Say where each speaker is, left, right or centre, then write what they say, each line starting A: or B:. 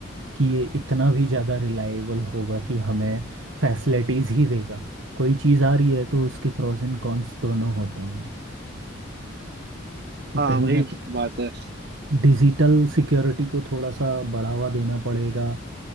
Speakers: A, on the right; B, on the right.
A: कि ये इतना भी ज़्यादा रिलायबल होगा कि हमें फैसिलिटीज़ ही देगा कोई चीज़ आ रही है तो उसके प्रोस एंड कॉन्स दोनों होते हैं तो
B: हाँ
A: कहीं
B: वही
A: ना
B: बात है
A: डिजिटल सिक्योरिटी को थोड़ा सा बढ़ावा देना पड़ेगा